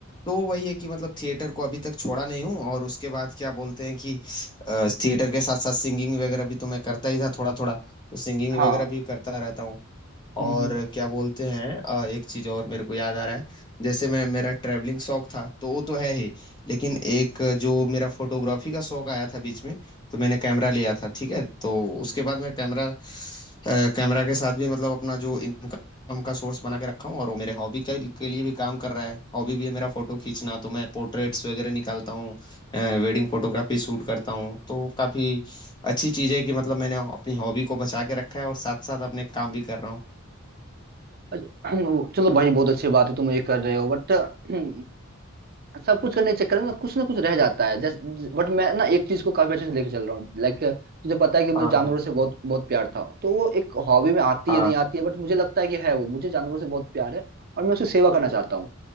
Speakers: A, on the left; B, on the right.
A: तो वही है कि मतलब थिएटर को अभी तक छोड़ा नहीं हूँ और उसके बाद क्या बोलते हैं कि अ, थिएटर के साथ साथ सिंगिंग वगैरह भी तो मैं करता ही था थोड़ा थोड़ा तो सिंगिंग
B: हाँ
A: वगैरह भी करता रहता हूँ और
B: हम्म हम्म।
A: क्या बोलते हैं अ, एक चीज और मेरे को याद आ रहा है जैसे मैं मेरा ट्रैवलिंग शौक था तो वो तो है ही लेकिन एक जो मेरा फोटोग्राफी का शौक आया था बीच में तो मैंने कैमरा लिया था ठीक है तो उसके बाद मैं कैमरा अ, कैमरा के साथ भी मतलब अपना जो इनकम का सोर्स बना के रखा हूँ और वो मेरे हॉबी के, के लिए भी काम कर रहा है हॉबी भी है मेरा फोटो खींचना तो मैं पोर्ट्रेट्स वगैरह निकालता हूँ वेडिंग फोटोग्राफी शूट करता हूँ तो काफी अच्छी चीज है कि मतलब मैंने अपनी हॉबी को बचा के रखा है और साथ साथ अपने काम भी कर रहा हूँ
B: अच्छा, <clears throat> चलो भाई बहुत अच्छी बात है तुम ये कर रहे हो बट <clears throat> सब कुछ करने के चक्कर में कुछ ना कुछ रह जाता है जस्ट बट मैं ना एक चीज को काफी अच्छे से लेके चल रहा हूँ लाइक तुझे पता है कि मुझे
A: हाँ,
B: जानवरों
A: हाँ,
B: से बहुत बहुत प्यार था तो वो एक हॉबी में आती
A: हाँ।
B: है नहीं आती है बट मुझे लगता है कि है वो मुझे जानवरों से बहुत प्यार है और मैं उसकी सेवा करना चाहता हूँ